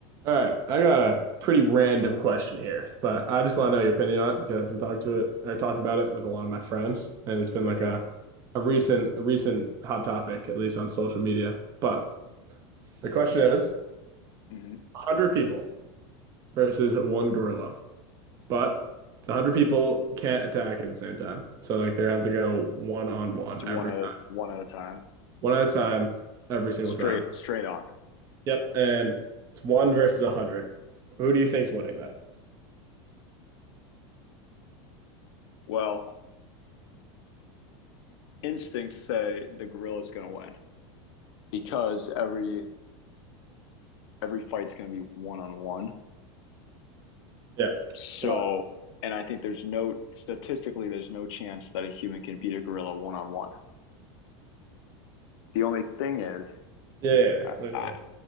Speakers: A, on the right; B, on the left.
A: All right, I got a pretty random question here, but I just want to know your opinion on it because I've been talking to it or talking about it with a lot of my friends, and it's been like
B: Okay.
A: a, a recent a recent hot topic, at least on social media. But the question is
B: hmm
A: 100 people versus one gorilla, but the 100 people can't attack at the same time. So, like, they're going to have to go one on one
B: It's one
A: every
B: at
A: time,
B: a one at a time.
A: one at a time, every single
B: Straight
A: time.
B: straight on.
A: Yep. And it's one versus 100. Who do you think's winning that?
B: Well, instincts say the gorilla's gonna win because every every fight's gonna be one on one.
A: Yeah.
B: So,
A: But,
B: and I think there's no statistically there's no chance that a human can beat a gorilla one on one. The only thing is,
A: yeah.
B: I,
A: Yeah.
B: I
A: yeah.